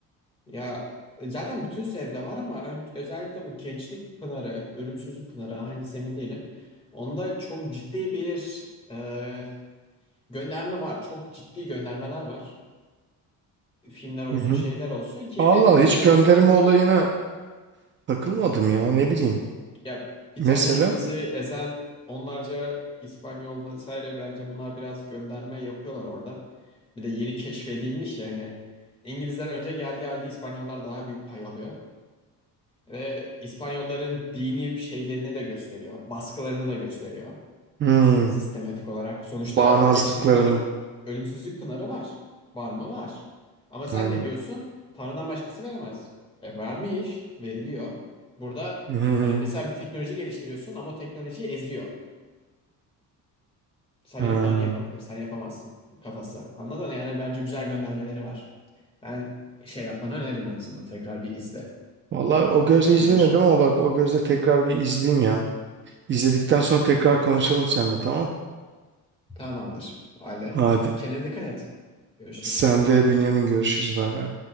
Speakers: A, on the left (about 15°); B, on the right (about 35°).
A: Ya e, zaten bütün seride var ama ön- özellikle bu Gençlik Pınarı, Ölümsüzlük Pınarı hangisi emin değilim. Onda çok ciddi bir e, gönderme var. Çok ciddi göndermeler var. filmler olsun
B: Hı hı.
A: şeyler olsun ki
B: Allah
A: en sonunda
B: hiç gönderme
A: mesela
B: olayına takılmadım ya ne bileyim.
A: ya bir
B: Mesela
A: tane İngiliz'i ezen onlarca İspanyol vesaire bence bunlar biraz gönderme yapıyorlar orada. Bir de yeni keşfedilmiş yani. İngilizler önce geldiği halde İspanyollar daha büyük pay alıyor. Ve İspanyolların dini şeylerini de gösteriyor. Baskılarını da gösteriyor.
B: Hmm,
A: Sistematik olarak. Sonuçta
B: bağnazlıklarını.
A: Gençlik Pınarı, Ölümsüzlük Pınarı var. Var mı? Var. Ama sen
B: Aynen.
A: ne diyorsun? Tanrı'dan başkası veremez. E, vermiş, veriliyor. Burada
B: Hı hı.
A: yani mesela bir teknoloji geliştiriyorsun ama o teknolojiyi eziyor. Sadece
B: Ha.
A: Tanrı yapabilir. Sen yapamazsın kafası. Anladın mı? Yani bence güzel göndermeleri var. Ben şey yapmanı öneririm en azından. Tekrar bir izle.
B: Vallahi o gözle izlemedim
A: İyidir.
B: ama bak o gözle tekrar bir izleyeyim ya. İzledikten sonra tekrar konuşalım seninle tamam.
A: Tamamdır. O halde.
B: Hadi.
A: Kendine dikkat et. Görüşürüz.
B: Sen de Bünyamin görüşürüz bay bay.